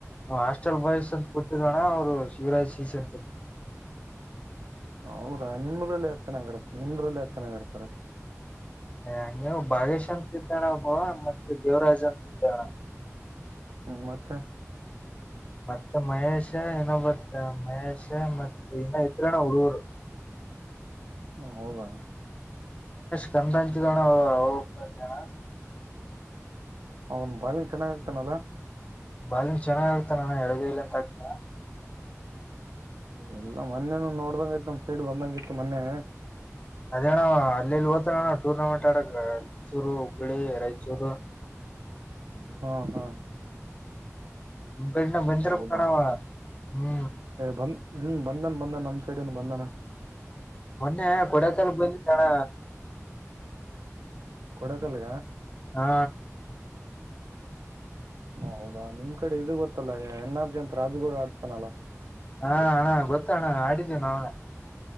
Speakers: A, on the left (about 25°); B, on the right (about 80°).
A: ಹಾಸ್ಟೆಲ್ ಬಾಯ್ಸ್ ಅಂತ ಕೂತಿದೇವ ಅಣ್ಣಾ ಅವ್ರು ಶಿವರಾಜ್ ಸೀಸ್ ಅಂತ
B: ಹರಾ ನಿಮ್ಮಲ್ಲಿ ಯಾರು ಚೆನ್ನಾಗಾಗಿ ಆಡತ ನಿಮ್ರಲ್ಲಿ ಯಾರು ಚೆನ್ನಾಗ್ ಆಡ್ತಾರೆ
A: ಅಯ ಹಗೆವು ಬಾಗೇಶ್ ಅಂತ ಇದ ಅಣ್ಣಾ ಓಬವ್ವ ಮತ್ತೆ ದೇವರಾಜ್ ಅಂತ ಇದ ಅಣ್ಣಾ
B: ಮತ್ತ
A: ಮತ್ತೆ ಮಹೇಶ್ ಇನ್ನೊಬ್ಬತ್ ಮಹೇಶ್ ಮತ್ ಇನ್ನೊ ಇತ್ರೇನ ಹುಡುಗುರು <unintelligible>
B: ಹೂ ಹೌದಾ
A: <unintelligible>
B: ಅವನು ಬೌಲಿಂಗ್ ಚೆನ್ನಾಗ ಹಾಕ್ತಾನ ಅಲ್ಲ
A: ಬಾಲಿಂಗ್ ಚೆನ್ನಾಗ ಆಗ್ತ ನಾನ ಎಡಗಯಲಿ ಅಂತ ಆಗ್ತಾರ
B: ಎಲ್ಲ ಮೊನ್ನೆನ ನೋಡ್ದಂಗ ಇತ್ ನಮ್ ಸೈಡ್ ಬಂದಂಗ ಇತ್ತು ಮೊನ್ನೆ
A: ಅದೇಣ ಅಲ್ಲಿಲ್ಲಿ ಹೊತಾನ ಅಣ್ಣ ಟೂರ್ನಮೆಂಟ್ ಆಡಕ್ ರಾಯಚೂರು ಹುಬ್ಬಳ್ಳಿ ರಾಯಚೂರು
B: ಹ್ಮ ಹಾ
A: ನಿಮ್ಮ ಕಡಿನ ಬಂದಿರಬೇಕ
B: ಹೌದಾ
A: ಅಣ್ಣ ಅವ ಹೂ
B: ಬಂದ್ ಹ್ಮ್ ಬಂದನ್ ಬಂದನ್ ನಮ್ಮ್ ಸೈಡನು ಬಂದನ
A: ಮೊನ್ನೆ ಕೊಡಕಲ್ಕ್ ಬಂದಿತ ಅಣ್ಣ
B: ಕೊಡೇಕಲ್ಲ
A: ಹಾ
B: ಹ ಹೌದಾ ನಿಮ್ ಕಡೆ ಇದು ಗೊತ್ತಲ್ಲಾ ಎನ್ ಆರ್ ಜಿ ಅಂತ ರಾಜಗೌಡ ಆಡ್ಸ್ತಾನಲ್ಲಾ
A: ಹಾ ಅಣ್ಣ ಗೊತ್ತ ಅಣ್ಣ ಆಡಿದ್ದೇವಿ ನಾವ